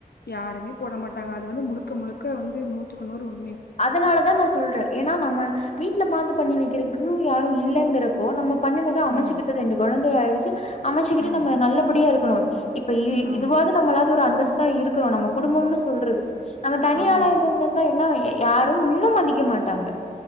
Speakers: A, on the left; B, on the left.
A: யாருமே போட மாட்டாங்க இது வந்து முழுக்க முழுக்க வந்து நூத்துக்கு நூறு உண்
B: அதனாலதா நா சொல்றே ஏனா நம்ம வீட்டுல பாத்து பண்ணி வைக்க இருக்கு யாரு இல்லங்கிறப்போ நம்ம பண்ணுனத அமச்சுக்கிட்டு
A: ம்
B: ரெண்டு கொழந்தைய ஆயிருச்சி அமச்சுக்கிட்டு
A: ம்
B: நம்ம நல்லபடியா இருக்கணு இப்ப இ
A: ஆமா
B: இதுவாது நம்மளாது ஒரு அந்தஸ் தா இருக்குறோ நம்ம குடும்பம்னு சொல்றதுக்கு நம்ம தனியால
A: ஆமா
B: இருந்து இருந்தந்தா என்ன யாரு இன்னு மதிக்க மாட்டாங்க